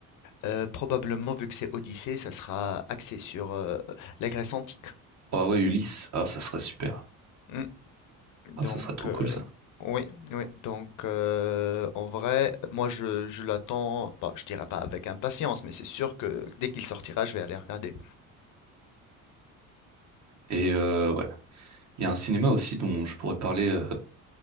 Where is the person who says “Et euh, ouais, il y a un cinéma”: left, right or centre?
Right